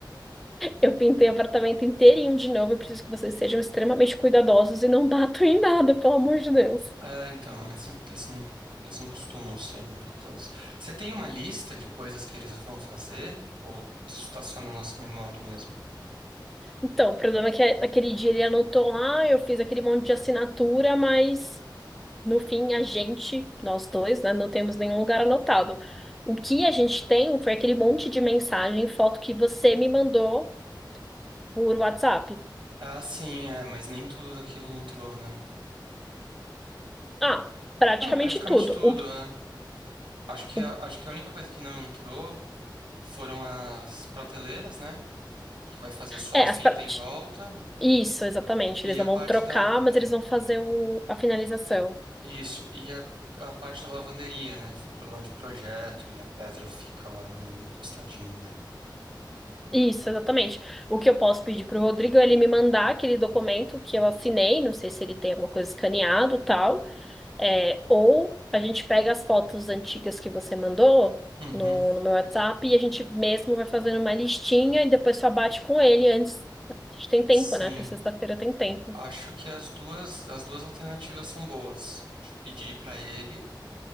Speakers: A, in the centre; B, on the right.
A: eu pintei o apartamento inteirinho de novo, eu preciso que vocês sejam extremamente cuidadosos e não <laughs> batam em nada, pelo amor de Deus.
B: É, então, eles, eles não, eles não costumam ser muito cuidadosos. Você tem uma lista de coisas que eles vão fazer? Ou isso está só na nossa memória mesmo?
A: Então, o problema é que naquele dia ele anotou lá, eu fiz aquele monte de assinatura, mas No fim, a gente, nós dois, né, não temos nenhum lugar anotado. O que a gente tem foi aquele monte de mensagem, foto que você me mandou por WhatsApp.
B: Ah, sim, é, mas nem tudo daquilo entrou, né?
A: Ah, praticamente
B: Não, praticamente
A: tudo.
B: tudo,
A: O,
B: é. Acho que
A: o-
B: a, acho que a única coisa que não entrou foram as prateleiras, né? Que vai fazer só
A: é,
B: a fita
A: as partes.
B: em volta
A: Isso, exatamente.
B: e
A: Eles
B: a
A: não
B: parte
A: vão trocar,
B: da,
A: mas
B: é,
A: eles vão fazer o- a finalização.
B: isso, e a, a parte da lavanderia, né? Que foi um problema de projeto e a pedra fica lá meio encostadinha nela.
A: Isso, exatamente. O que eu posso pedir para o Rodrigo é ele me mandar aquele documento que eu assinei, não sei se ele tem alguma coisa escaneado, tal. É, ou a gente pega as fotos antigas que você mandou
B: Uhum.
A: no, no meu WhatsApp e a gente mesmo vai fazendo uma listinha e depois só bate com ele antes. A gente tem tempo,
B: Sim,
A: né? Até sexta-feira tem tempo.
B: acho que as duas as duas alternativas são boas. Acho que Pedir para ele